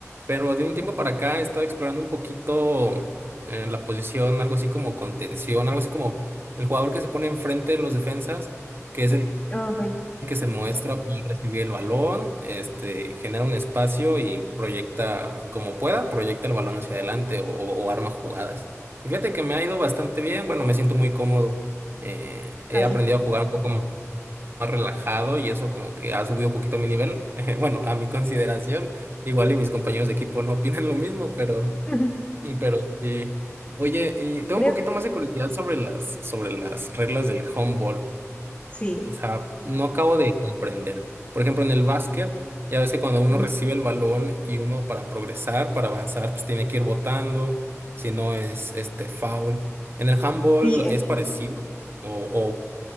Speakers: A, on the right; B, on the left.
A: Pero de un tiempo
B: Uf.
A: para acá he estado explorando un poquito eh, la posición, algo así como contención, algo así como el jugador que se pone enfrente de los defensas, que es el
B: Ah, ok.
A: que se muestra para recibir el balón, este, genera un espacio y proyecta como pueda, proyecta el balón hacia adelante o, o arma jugadas. Y fíjate que me ha ido bastante bien, bueno, me siento muy cómodo. Eh, he
B: Ahí.
A: aprendido a jugar un poco más relajado y eso como que ha subido un poquito mi nivel. <laughs> Eh, Bueno, a mi consideración, igual y mis compañeros de equipo no <laughs> opinan lo mismo, pero,
B: <laughs>
A: pero sí. Oye, y tengo
B: Creo,
A: un poquito más de curiosidad sobre las, sobre las reglas del handball.
B: sí.
A: O sea, no acabo de comprender. Por ejemplo, en el básquet, ya ves que cuando uno
B: Ujú.
A: recibe el balón y uno para progresar, para avanzar, pues tiene que ir botando, si no es este foul. En el handball
B: Sí, eh,
A: es parecido o,